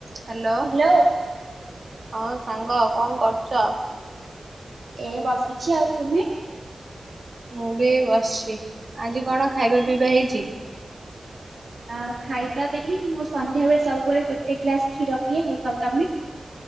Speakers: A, on the right; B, on the right.
A: ହାଲୋ
B: ହ୍ୟାଲୋ
A: ହଁ ସାଙ୍ଗ କଣ କରୁଚ?
B: ଏ ବସିଛି ଆଉ ତୁମେ?
A: ମୁଁ ବି ବସିଛି ଆଜି କଣ ଖାଇବା ପିଇବା ହେଇଚି?
B: ଆ ଖାଇବା ବେଲି ମୋର ସନ୍ଧ୍ୟା ବେଳେ ସବୁବେଳେ ଗୋଟେ ଗ୍ଲାସ କ୍ଷୀର ପିଏ। <unintelligible> ତମେ?